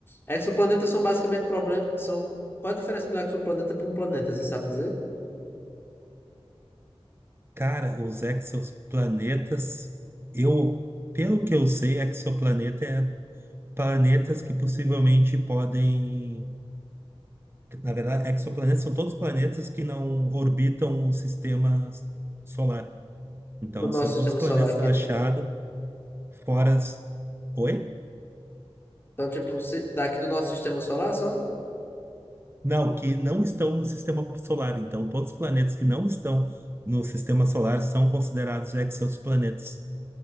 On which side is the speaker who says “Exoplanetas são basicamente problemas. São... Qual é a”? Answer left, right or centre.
Left